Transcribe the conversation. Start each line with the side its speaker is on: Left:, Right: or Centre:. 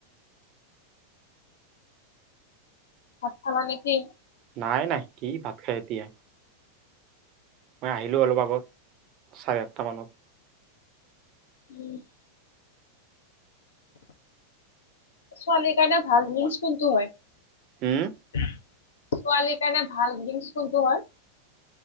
Left: ভাত খালা নেকি?
Right: নাই নাই কি ভাত খাই এতিয়াই। মই আহিলোঁ অলপ আগত, চাৰে আঠটা মানত।
Left: উম। <inaudible> ছোৱালীৰ কাৰণে ভাল <unintelligible> সেইটো হয়।
Right: হম?
Left: ছোৱালীৰ কাৰণে ভাল ড্ৰিংকচ কোনটো হয়?